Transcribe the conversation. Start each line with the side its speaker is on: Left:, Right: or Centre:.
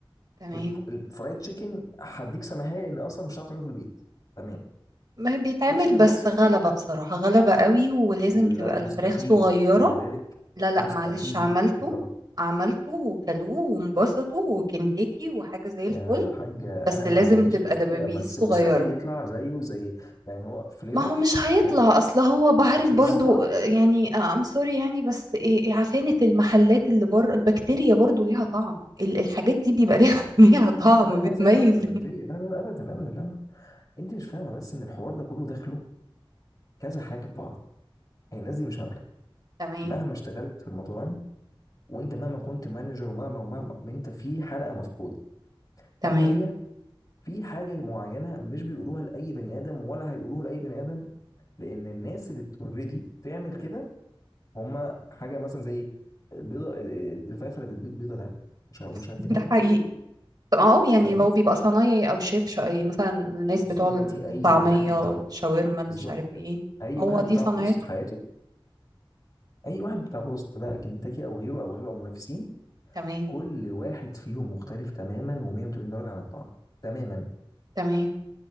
Right: تمام
Left: الف- الفرايد تشيكن هديك سماحيه لان اصلا مش هتعرف تعمله في البيت تمام
Right: ما هي بيتعمل
Left: الكشري
Right: بس
Left: المصري
Right: غلبة بصراحة غلبة قوي ولازم
Left: لا
Right: تبقى الفراخ
Left: مستحيل
Right: صغيرة
Left: خلي بالك
Right: لا لا
Left: مستحيل
Right: معلش عملته
Left: تطلع
Right: عملته وكلوه وانبسطوا وكنتاكي وحاجة زي الفل
Left: يا حاجة أنا
Right: بس
Left: ما
Right: لازم
Left: عنديش
Right: تبقى
Left: مشكلة
Right: دبابيس
Left: بس مستحيل
Right: صغيرة
Left: يطلع زيه زي يعني هو فليفر
Right: ما هو مش هيطلع
Left: حلو
Right: اصل هو بعرف
Left: بالظبط
Right: برضو آه، يعني ام سوري يعني بس إيه- إيه، عفانة المحلات اللي بره البكتيريا برضو ليها طعم ال- الحاجات دي بيبقى ليها <laughs> ليها طعم
Left: خلي
Right: بتميز
Left: بالك زي رطب البكتيريا لا لا لا أبدا أبدا لا لا أنت مش فاهمة بس إن الحوار ده كله داخله كذا حاجة في بعض يعني الناس دي مش هبلة
Right: تمام
Left: مهما اشتغلت في المطاعم وأنت مهما كنت مانجر ومهما ومهما ما أنت في حلقة مفقودة
Right: تمام
Left: ألا وهي في حاجة معينة مش بيقولوها لأي بني آدم ولا هيقولوها لأي بني آدم لأن الناس اللي أوريدي بتعمل كده هما حاجه مثلا زي البيضه الفراخ اللي بتبيض بيضه ده مش ه- مش
Right: <laughs>
Left: هديها
Right: ده
Left: لك
Right: حقيقي طب اه يعني
Left: فانت
Right: لو بيبقى صنايعي او شيف شا- يعني مثلا الناس
Left: بصي
Right: بتوع
Left: هاتي اي
Right: الطعمية
Left: واحد بتاع بروست
Right: الشاورما مش
Left: بالظبط
Right: عارف
Left: كده
Right: ايه
Left: اي
Right: هو
Left: واحد
Right: دي
Left: بتاع
Right: صنايعته
Left: بروست في حياتك اي واحد بتاع بروست بقى كنتاكي او غيره او غيره او منافسين
Right: تمام
Left: كل واحد فيهم مختلف تماما و180 درجه عن الطعم تماما
Right: تمام